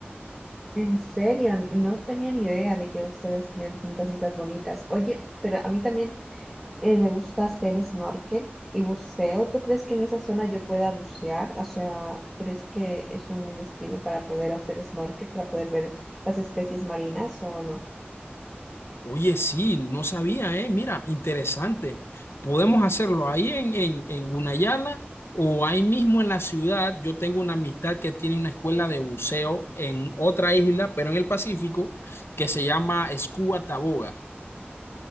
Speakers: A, in the centre; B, on the left (about 75°).
A: En serio, no tenía ni idea de que ustedes tenían tantas islas bonitas. Oye, pero a mí también eh, me gusta hacer snorkel y buceo. ¿Tú crees que en esa zona yo pueda bucear? O sea, ¿crees que es un destino para poder hacer snorkel, para poder ver las especies marinas o no?
B: Oye, sí, no sabía, ¿eh? Mira, interesante. Podemos hacerlo ahí en, en, en Gunayala o ahí mismo en la ciudad. Yo tengo una amistad que tiene una escuela de buceo en otra isla, pero en el Pacífico, que se llama Scuba Taboga.